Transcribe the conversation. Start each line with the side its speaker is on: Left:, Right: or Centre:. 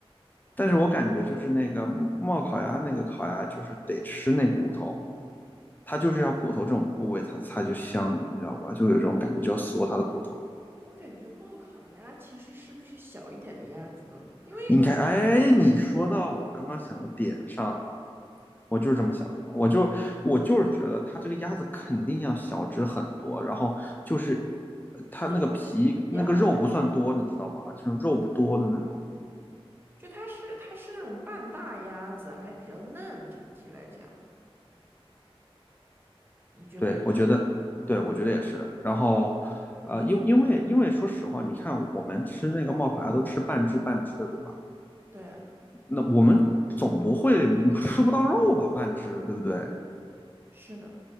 Left: 但是我感觉就是那个冒烤鸭那个烤鸭，就是得吃那骨头，它就是要骨头这种部位它，它就香，你知道吧？就有一种感觉，就要嗦它的骨头。
Right: 我感觉冒烤鸭其实是不是小一点的鸭子呢？因为
Left: 应该，哎，你说到我刚刚想的点上了，我就是这么想的，我就我就是觉得它这个鸭子肯定要小只很多，然后就是它那个皮那个肉不算多，
Right: 那种子鸭。
Left: 你知道吧？就是肉不多的那种。
Right: 就它是它是那种半大鸭子，还比较嫩，整体来讲，你觉不觉得是？
Left: 对，我觉得，对，我觉得也是。然后，呃，因因为因为说实话，你看我们吃那个冒烤鸭都吃半只半只的，对吧？
Right: 对啊，
Left: 那我们总不会吃不到肉吧？半只，对不对？
Right: 是的。